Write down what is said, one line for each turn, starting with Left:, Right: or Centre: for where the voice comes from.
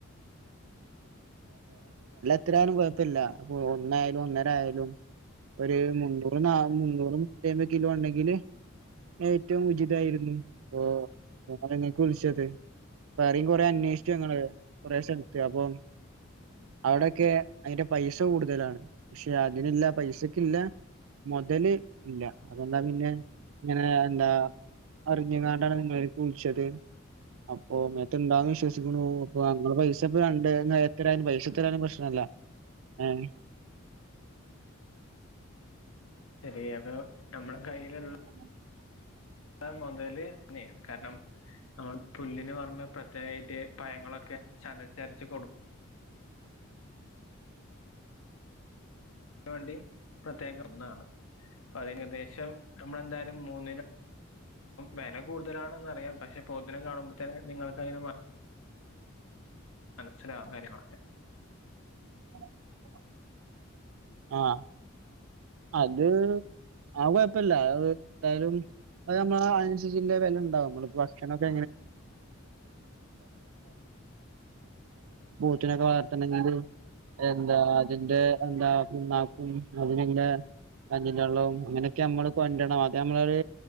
Right: എത്രാലും കുഴപ്പമില്ല അപ്പൊ ഒന്നായാലും ഒന്നര ആയാലും ഒരു മുന്നൂറ് നന്നൂറ് മൂന്നുറ്റിമ്പത് കിലോ ണ്ടെങ്കില് ഏറ്റവും ഉചിതായിരുന്നു ഓ അങ്ങനെ ഇങ്ങൾക്ക് വിള്ച്ചത് വേറെയും കുറേ അന്വേഷിച്ചു ഞങ്ങള് കൊറേശെ ഇടുത്തപ്പോൾ അവിടെ ക്കെ അതിന്റെ പൈസ കൂടുതലാണ് പക്ഷെ അതിനെല്ല പൈസ ക്കില്ല മൊതല് ഇല്ല അതെന്താ പിന്നെ ഇങ്ങനെ എന്താ അറിഞ്ഞക്കണ്ട ഇങ്ങൾക്ക് വിളിച്ചത് അപ്പൊ ഇങ്ങട് വിശ്വസിക്കുന്നു അപ്പൊ ഞങ്ങളെ പൈസ ഇപ്പൊ രണ്ട് എത്ര പൈസ ഇപ്പൊ പ്രശ്നം <unintelligible>
Left: ഇത് എതോ നമ്മളെ കയ്യില്
Right: <unintelligible>
Left: മൊതല് തന്നെയാണ് കാരണം നമ്മൾ പുല്ലിനു പൊറമേ പ്രത്യേകമായിട്ട് പഴങ്ങളൊക്കെ ചതച്ചരച്ച് അ വേണ്ടി പ്രത്യേക ഒന്നാണ് അപ്പൊ അതിനുദ്ദേശിച്ച് അപ്പം വില കൂടുതലാണെന്ന് അറിയാം പക്ഷെ പോ ത്തിനെ കാണുമ്പോത്തന്നെ നിങ്ങൾക്ക് അതിന <unintelligible>
Right: <unintelligible> ആഹ അത് ആ കൊഴപ്പല് എന്തായാലും അ നമ്മള് അനുസരിച്ച് വില ഉണ്ടാവും നമ്മൾ ഭാഷണമൊക്ക ത്ത്നൊക്കെ വളർത്തണെങ്കിൽ എന്താ അതിന്റെ എന്താ പ്ണ്ണാക്കും അതിനെങ്ങനെ കഞ്ഞിന്റള്ളം അങ്ങനെയൊക്കെ നമ്മള് കൊണ്ടണം അത് നമ്മളരു